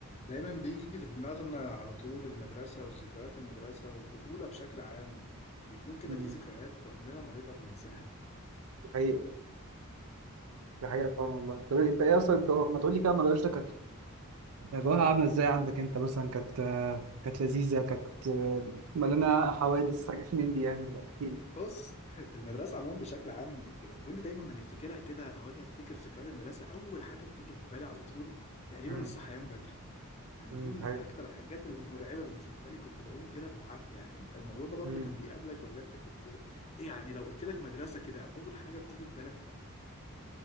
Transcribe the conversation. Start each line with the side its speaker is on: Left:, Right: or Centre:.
Left: دايما بيجي في دماغنا على طول المدرسة وذكريات المدرسة والطفولة بشكل عام بيكون كده
Right: مم.
Left: في ذكريات عمرنا ما نقدر ننساها
Right: دي حقيقة دي حقيقة فعلا والله طب إيه، انت ايه اصلا انت ما تقول لي كده مدرستك كانت كانت أجواءها عاملة ازاي عندك انت مثلا كانت آه، كانت لذيذة كانت آه، مليانة حوادث حاجات من دي يعني احكي لي
Left: بص المدرسة عموما بشكل عام ك- كل دايما ما نفتكرها كده أو أجي أفتكر ذكريات المدرسة أول حاجة بتيجي في بالي على طول تقريبا
Right: مم.
Left: الصحيان بدري يعني
Right: مم.
Left: دي من
Right: دي حقيقة
Left: أكتر الحاجات المرعبة بالنسبة لي كنت بقوم كده بالعافية يعني أنت الموضوع ده برضه
Right: مم.
Left: كان بيقابلك ولا أنت كنت إيه يعني لو قلت لك مدرسة كده أول حاجة بتيجي في بالك إيه؟